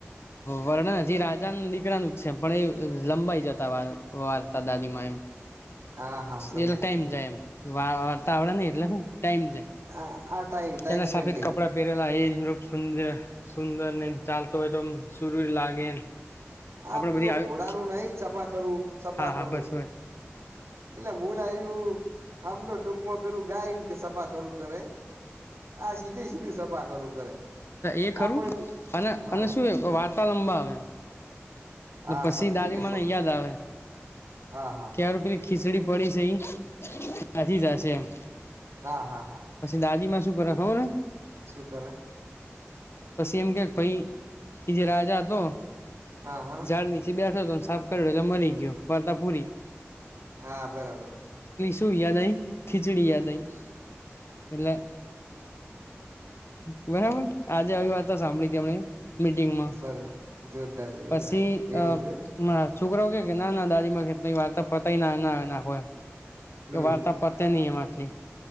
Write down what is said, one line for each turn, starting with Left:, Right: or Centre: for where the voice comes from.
Left: વર્ણન હજી રાજા દીકરાનું જ છે પણ એ લંબાઈ જતા વાર્તા. દાદીમાં એમ
Right: હા હા સમજી
Left: એ ટાઈમ
Right: ગયા
Left: જાય એમ વાર્તા આવડે નહ એટલે હું. ટાઈમ છે
Right: આ આ ટાઈમ ટાઈમ
Left: તેને
Right: સ્પેન્ડિંગ
Left: સાફેદ કપડા પહેરેલા એ સુંદર સુંદર ને ચાલતો હોય તો સુર લાગે એમ આપડે
Right: આપલું
Left: બધી આવી
Right: ઘોડાનું નહીિ સપા ખરું સફાખરું
Left: હા હા બસ બસ
Right: એટલે મલ આ્યું સમજો ટૂંકમાં પેલું ગાય સફા ખરું કરે આ સીધે સીધું સફા ખરું કરે.
Left: એ ખરું
Right: આ કોઈ
Left: અને
Right: હા
Left: અને શું એ વાર્તા લંબાવે એમ.
Right: હા
Left: પછી
Right: સમજી
Left: દાાદી
Right: ગયો
Left: મને
Right: સો ટકા
Left: યાદ આવે
Right: હા હા
Left: કે યાર પેલી ખીચડી પડી છે એ દાજી જશે એમ.
Right: હા હા હા
Left: પછી દાદી માં શું કરે ખબર છે?
Right: શું કરે?
Left: પછી એમ કે પાઈ એ જે રાજા હતો
Right: હા હા
Left: ઝાડ નીચે બેઠો હતો. સાફ કર્યો એટલે મરી ગયો વાર્તા પુરી.
Right: હા બરાબર.
Left: શું યા નહીં. ખીચડી યાદ આવી એટલે બરાબર. આજે આવી વાર્તા સાંભળી હતી એમણે મીટિંગમાં
Right: સર જોરદાર જોરદાર
Left: પછી
Right: એવું હતું
Left: અ છોકરો કે કે ના દાદીમાં કેટલીય વાર્તા પતાય ના એના એના હોય.
Right: હમ
Left: એ વાર્તા પતે નહીં એમ આટલી